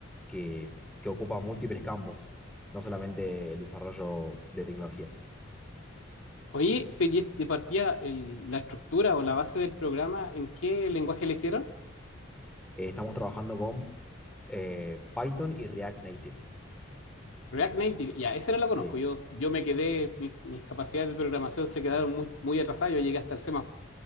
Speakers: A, in the centre; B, on the left (about 85°).
A: que, que ocupa múltiples campos, no solamente el desarrollo de tecnologías.
B: Oye, pero y de partida, el- la estructura o la base del programa, ¿en qué lenguaje le hicieron?
A: Eh, estamos trabajando con eh, Python y React Native.
B: React Native, ya, ese no lo conozco.
A: Sí.
B: Yo, yo me quedé, mi- mis capacidades de programación se quedaron muy, muy atrasadas. Yo llegué hasta el C++,